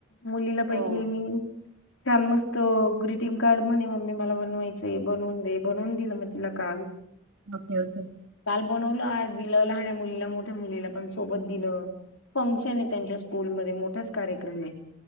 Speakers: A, on the left (about 70°); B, on the right (about 75°).
A: मुलीला पैकी
B: हो
A: मी. छान मस्त ग्रीटिंग कार्ड म्हणे, मम्मी मला बनवायचं बनवून दे बनवून दिलं मग. लकाल.
B: Okay okay.
A: काल बनवलं आज दिलं, लहान्या मुलीला मोठ्या मुलीला पण सोबत दिलं. फंक्शन आहे. त्यांच्या स्कूलमध्ये मोठांच कार्यक्रम आहे.